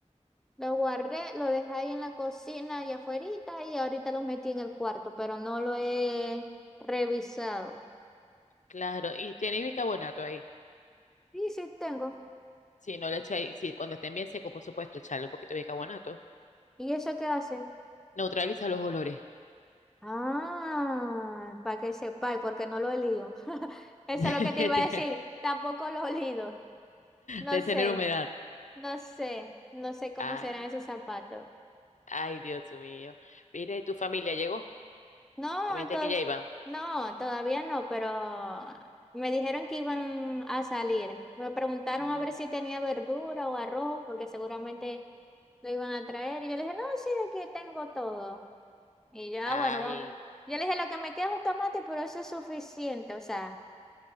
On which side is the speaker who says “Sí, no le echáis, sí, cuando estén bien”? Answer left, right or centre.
Left